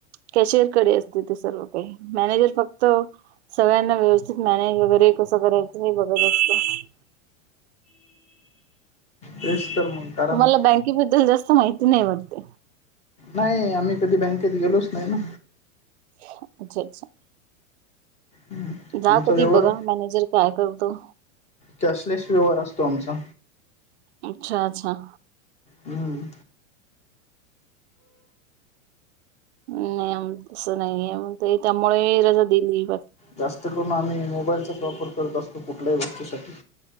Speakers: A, on the right; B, on the left.
A: कॅशियर कडे असते ते सर्व काही मॅनेजर फक्त सगळ्यांना व्यवस्थित मॅनेज वगैरे कसं करायचं हे बघत असतं
B: तेच तर मग कारण
A: तुम्हाला बँकेबद्दल जास्त माहिती नाही वाटते
B: नाही आम्ही कधी बँकेत गेलोच नाही ना
A: <unintelligible>
B: हम्म.
A: जा
B: आमचा
A: कधी
B: व्यवहार
A: बघा मॅनेजर काय करतो.
B: कॅशलेस व्यवहार असतो आमचा
A: अच्छा अच्छा.
B: हम्म.
A: नाही तसं नाहीयण त्यामुळे रजा दिलीट.
B: जास्त करून आम्ही मोबाईलचाच वापर करत असतो कुठल्याही गोष्टीसाठी